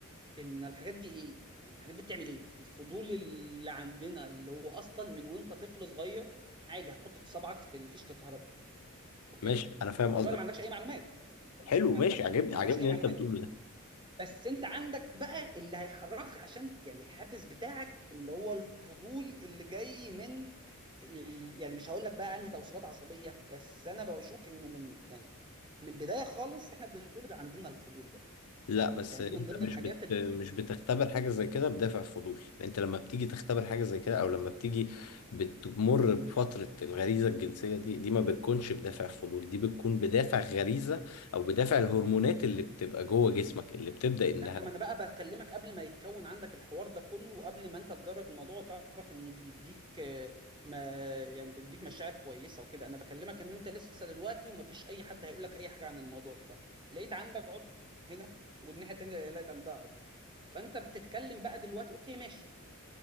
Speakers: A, on the right (about 20°); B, on the left (about 85°).
A: ان الحاجات دي ايه يعني الحاجات دي بتعمل ايه الفضول اللي عندنا اللي هو اصلا من وانت طفل صغير عادي هتحط صبعك في فيشه الكهرباء اوكي
B: ماشي أنا فاهم
A: انت
B: قصدك
A: دلوقتي ما عندكش اي معلومات يعني انت دلوقتي
B: حلو
A: ما
B: ماشي عجبني
A: ما
B: عجبني
A: عندكش اي
B: اللي
A: معلومات
B: أنت بتقوله
A: بس انت عندك بقى اللي هيحركك عشان يعني الحافز بتاعك اللي هو الفضول اللي جاي من ال- يعني مش هقول لك بقى انهي توصيلات عصبيه بس انا بشوف انه من يعني من البدايه خالص احنا بنتولد عندنا الفضول ده
B: لا بس
A: يعني
B: انت
A: دي من ضمن
B: مش
A: الحاجات
B: بت...
A: اللي
B: مش
A: بنتولد
B: بتختبر
A: بيها
B: حاجه زي كده بدافع فضول انت لما بتيجي تختبر حاجه زي كده او لما بتيجي بتمر بفتره الغريزه الجنسيه دي دي ما بتكونش بدافع فضول دي بتكون بدافع غريزه او بدافع الهرمونات اللي بتبقى جوه جسمك اللي بتبدا انها
A: لا ما انا بقى بكلمك قبل ما يتكون عندك الحوار ده كله وقبل ما انت تجرب الموضوع وتعرف انه بيديك آه، ما يعني بيديك مشاعر كويسه وكده انا بكلمك ان انت لسه دلوقتي ومفيش اي حد هيقول لك اي حاجه عن الموضوع ده لقيت عندك عضو هنا والناحيه التانيه لقيت عندها عضو فانت بتتكلم بقى دلوقتي اوكي ماشي